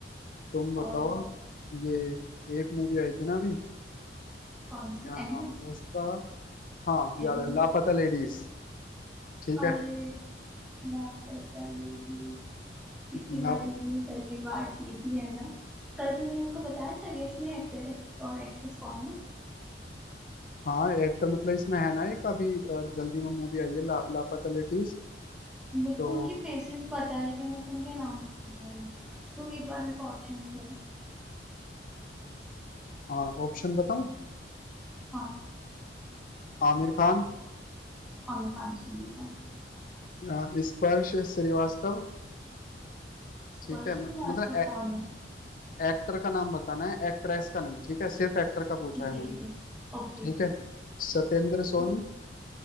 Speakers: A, on the left; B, in the centre.
A: तुम बताओ
B: और
A: ये एक मूवी आई थी ना अभी
B: कौन सी
A: क्या नाम
B: एनिमल
A: था उसका हाँ याद
B: एनिमल
A: है लापता लेडीज ठीक
B: अरे
A: है
B: लापता बेबीज इसके
A: ला
B: बारे में हमने कल ही बात की थी है ना कल तुमने मेरे को बताया था कि इसमें एक्टर और एक्ट्रेस कौन है
A: हाँ एक्टर मतलब इसमें है ना एक अभी अ, जल्दी में मूवी आई है ला, लापता लेडीज
B: मेरे
A: तो
B: को उनके फेसेस पता है लेकिन मेरे को उनके नाम नहीं पता है तुम एक बार मेरे को ऑप्शन दो
A: हाँ ऑप्शन बताऊँ
B: हाँ
A: आमिर खान
B: आमिर खान सुनील कौन
A: अ, स्पर्श श्रीवास्तव
B: स्पर्श
A: ठीक है म-
B: श्रीवास्तव
A: मतलब
B: कौन है
A: एक्टर का नाम बताना है एक्ट्रेस का नहीं ठीक है सिर्फ एक्टर का पूछा
B: ठीक
A: है
B: है
A: मैंने
B: ठीक है Okay
A: ठीक
B: okay
A: है सत्येंद्र सोनी
B: हाँ